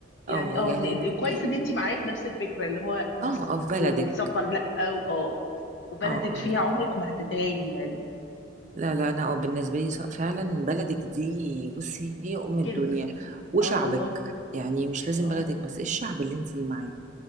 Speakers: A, on the left (about 65°); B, on the right (about 35°).
A: يعني
B: اه
A: اه
B: يعني
A: إن-
B: إنك-
A: كويس ان انت معايا في نفس الفكره اللي هو مصر
B: اه اه في بلدك
A: والسفر لا و- اه وبلدك
B: اه اه
A: فيها
B: لا
A: عمرك ما هتتهاني يعني
B: لا لا انا اه بالنسبة لي ص- فعلا بلدك دي بصي هي ام الدنيا
A: كنز
B: وشعبك
A: اه والله
B: يعني مش لازم
A: اه
B: بلدك بس الشعب اللي انتي معاه